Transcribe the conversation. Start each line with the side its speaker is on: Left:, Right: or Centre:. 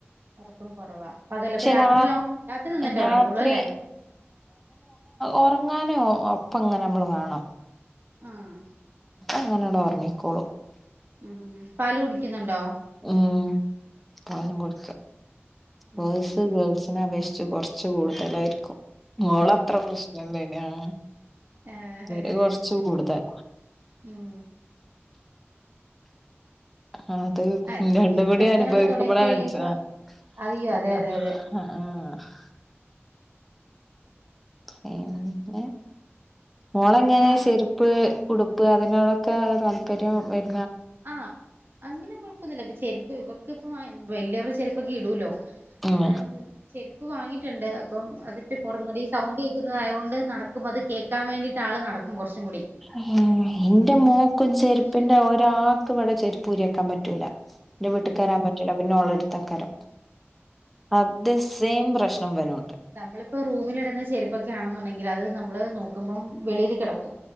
Right: ഉറക്കം കുറവാ പകല്ലപ്പോ രാത്രിയോ
Centre: രാ
Right: രാത്രി നന്നായിട്ട്
Centre: രാത്രി
Right: ഉറങ്ങിക്കോളൂല്ലേ
Centre: ഉറങ്ങാനേ ഒപ്പങ്ങനെ നമ്മള് വേണം
Right: ആഹ്
Centre: അങ്ങനട ഉറങ്ങിക്കോളൂ
Right: ഉം പാല് കുടിക്കിന്ന്ണ്ടോ
Centre: ഉം പാലും കൊടുക്ക
Right: ഉം
Centre: ബോയ്സ്
Right: ഉം ഉം
Centre: ഗേൾസിനെ അപേക്ഷി ച്ച് കൊറ്ച്ച് കൂടുതലായിരിക്കും മോളത്ര പ്രശ്നല്ലേനി ആഹ്
Right: ഏഹ്
Centre: ഇവര് കൊറച്ച് കൂടുതലാ
Right: ഉം
Centre: ആഹ് അത്
Right: അതെ
Centre: ഉം രണ്ട്ക്കൂടി
Right: ഭക്ഷണം കഴിക്കാനൊക്കെ
Centre: അനുഭവിക്കുമ്പളാ
Right: തുടങ്ങി കഴിയുമ്പോ
Centre: മന്സ ആഹ്
Right: അയ്യോ
Centre: <unintelligible>
Right: അതെ അതെ അതെ
Centre: ആഹ് ആഹ് <unintelligible> ഏഹ് മോളെങ്ങനെ
Right: ആ
Centre: ഷെരുപ്പ് ഉടുപ്പ് അതിനോടക്കേള്ള താല്പര്യം വര്
Right: ആഹ് അങ്ങനെ കൊഴപ്പൊന്നുല്ലാപ്പം ചെരിപ്പ് ഇവ ക്ക് ഇപ്പ വാങ്ങി ഉം വെല്ല്യോര്ടെ ചെരുപ്പൊക്കെ ഇടൂല്ലോ
Centre: ഉം
Right: എന്നാലും കു ചെര് പ്പ് വാങ്ങീട്ട്ണ്ട് അപ്പം അതിട്ട് പൊറക്ന്നൂടീ ഈ സൗണ്ട് കേക്കുന്നതായോ ണ്ട് നടക്കുമ്പത് കേക്കാ വേണ്ടീട്ട് ആള് നടക്കും കൊറ്ച്ചുക്കൂടി
Centre: ഏഹ് ഇന്റെ മോക്കും ചെരുപ്പിന്റെ
Right: കുറച്ച്
Centre: ഒരാക്ക് ഇവടെ ചെര്പ്പ് ഊരിയെക്കാൻ പറ്റൂലാ ഇന്റെ വീട്ട്ക്കേരാൻ
Right: ഉം
Centre: പറ്റൂല്ല പിന്നെ ഓള് ഇട്ത്തേക്കാരം അത് സെയിം പ്രശ്നം ഇവനു ആഹ്
Right: നമ്മള്പ്പോ റൂമില്ട്ന്ന ചെരുപ്പൊക്കെ ആണെന്നുണ്ടെങ്കില് അത് നമ്മള് നോക്കുമ്പം വെളീല് കെടക്കും